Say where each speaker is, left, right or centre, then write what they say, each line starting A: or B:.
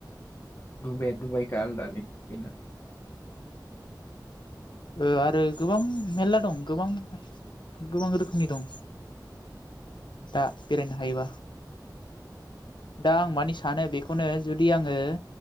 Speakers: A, on the left (about 35°); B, on the left (about 85°).
A: दुबाईआ दुबाई दा आलदालै बेना
B: ओ आरो गोबां मेरला दं गोबां गोबां रोखोमनि दं दा बेरायनो हायोबा दा आं मानि सानो बेखौनो जुदि आङो